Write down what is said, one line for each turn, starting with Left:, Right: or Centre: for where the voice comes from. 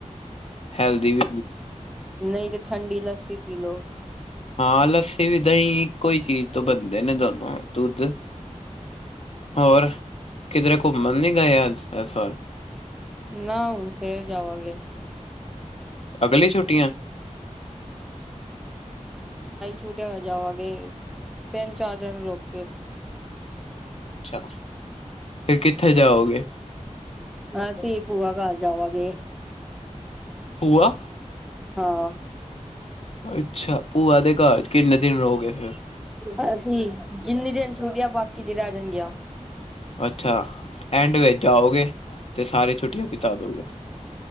Left: ਹੈਲਦੀ ਵੀ
Centre: ਨਹੀਂ ਤੇ ਠੰਡੀ ਲੱਸੀ ਪੀ ਲਓ।
Left: ਹਾਂ, ਲੱਸੀ ਵੀ ਦਹੀਂ ਇੱਕੋ ਹੀ ਚੀਜ਼ ਤੋਂ ਬਣਦੇ ਨੇ ਦੋਨੋ, ਦੁੱਧ। ਹੋਰ ਕਿਧਰੇ ਘੁੰਮਣ ਨੀ ਗਏ ਅੱਜ, ਐਸ ਵਾਰ।
Centre: ਨਾ, ਹੁਣ ਫੇਰ ਜਾਵਾਂਗੇ।
Left: ਅਗਲੀ ਛੁੱਟੀਆਂ
Centre: ਛੁੱਟੀਆ ਹੋ ਜਾਵਾਂਗੇ, ਤਿੰਨ ਚਾਰ ਦਿਨ ਰੁੱਕ ਕੇ।
Left: ਅੱਛਾ, ਫਿਰ ਕਿੱਥੇ ਜਾਓਗੇ।
Centre: ਅਸੀਂ ਭੂਆ ਘਰ ਜਾਵਾਂਗੇ।
Left: ਭੂਆ
Centre: ਹਾਂ,
Left: ਅੱਛਾ, ਭੂਆ ਦੇ ਘਰ ਚ ਕਿੰਨੇ ਦਿਨ ਰਹੋਗੇ ਫਿਰ
Centre: ਅਸੀ ਜਿੰਨੇ ਦਿਨ ਛੁਟੀਆ ਬਾਕੀ ਦੀ ਰਹਿ ਜਾਣਗੀਆ।
Left: ਅੱਛਾ, ਐਂਡ ਵਿੱਚ ਜਾਓਗੇ ਤੇ ਸਾਰੇ ਛੁੱਟੀਆਂ ਬਿਤਾ ਦੋਗੇ।